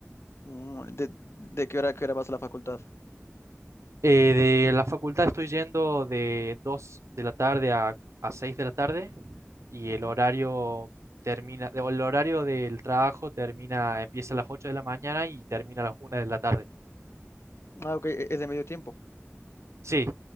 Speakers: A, on the left; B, on the right.
A: Mm, ¿De, de qué hora a qué hora vas a la facultad?
B: Eh, de la facultad estoy yendo de 2 de la tarde a, a 6 de la tarde y
A: Ujú.
B: el horario termina, o el horario del trabajo termina, empieza a las 8 de la mañana y termina a las una de la tarde.
A: Ah, ok, e- es de medio tiempo.
B: Sí,